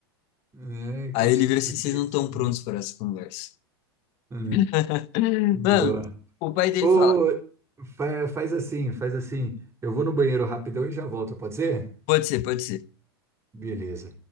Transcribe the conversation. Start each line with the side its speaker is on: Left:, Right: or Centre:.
Right: é que,
Left: Aí
Right: tic-
Left: ele vira assim, vocês
Right: que
Left: não
Right: isso.
Left: estão prontos para essa conversa.
Right: É,
Left: <laughs>
Right: boa.
Left: Mano, o pai dele
Right: Ô,
Left: fala:
Right: fa- faz assim, faz assim. Eu vou no banheiro rapidão e já volto, pode ser?
Left: Pode ser, pode ser.
Right: Beleza.